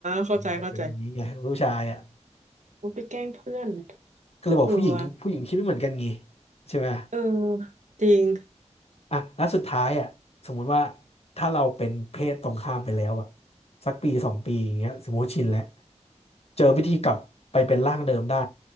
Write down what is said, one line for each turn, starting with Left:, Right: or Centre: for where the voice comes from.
Right: เข้าใจเข้าใจ
Left: จะเป็นอย่างนี้ไงผู้ชายอ่ะ
Right: โอ้ไปแกล้งเพื่อน
Left: ก็เลยบอกผู้หญิงผู้หญิงคิดไม่เหมือนกันงี้
Right: เออว่ะ
Left: ใช่ไหม
Right: เออจริง
Left: อ่ะแล้วสุดท้ายอ่ะสมมุติว่าถ้าเราเป็นเพศตรงข้ามไปแล้วอ่ะสักปีสองปีอย่างเงี้ยสมมติชินแล้วเจอวิธีกลับไปเป็นร่างเดิมได้